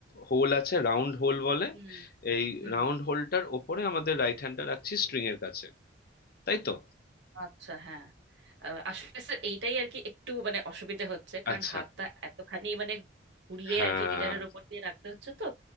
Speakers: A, on the left; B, on the right.
A: হোল আছে রাউন্ড হোল বলে
B: হুম
A: এই
B: হুম
A: রাউন্ড
B: হুম
A: হোলটার ওপরে আমাদের রাইট হ্যান্ডটা রাখছি স্ট্রিং এর কাছে তাই তো
B: আচ্ছা হ্যাঁ আহ, আসলে স্যার এইটাই আর কি একটু মানে অসুবিধে হচ্ছে কারণ
A: আচ্ছা
B: হাতটা এতখানি মানে ঘুরিয়ে
A: হ্যাঁ
B: আর কি গিটারের ওপর দিয়ে রাখতে হচ্ছে তো